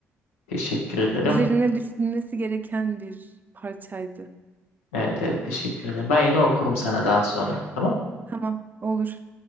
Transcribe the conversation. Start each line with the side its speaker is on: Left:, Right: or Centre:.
Left: Teşekkür ederim.
Right: Üzerine düşünülmesi gereken bir parçaydı.
Left: Evet, evet teşekkür ederim. Ben yine okurum sana daha sonra. Tamam
Right: Tamam, olur.